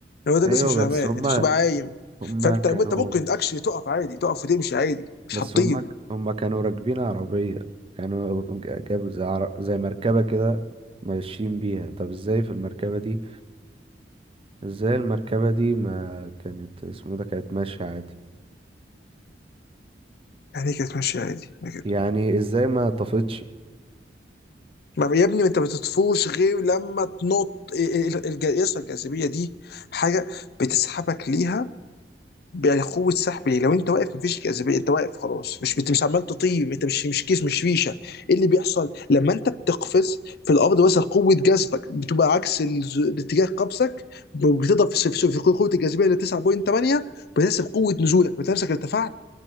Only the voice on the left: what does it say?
يعني هو ده الناس
مش فاهماه
انت مش تبقى عايم
فانت
لما انت ممكن اكشلي تقف عادي تقف وتمشي عادي مش
هتطير
يعني إيه كانت ماشيه عادي يعني كده
ما- يا ابني انت ما بتطفوش غير لما تنط ال- ال- الج- يسرى الجاذبيه دي حاجه بتسحبك ليها يعني قوه سحب ليه لو انت واقف مفيش جاذبيه انت واقف خلاص مش بت- مش عمال تطير انت مش مش كيس مش ريشه ايه اللي بيحصل لما انت بتقفز في الارض مثلا قوه جذبك بتبقى عكس ال- اتجاه قفزك ب- بتضرب في في- في قوه الجاذبيه اللي 9.8 بتحسب قوه نزولك بتحسب ارتفعت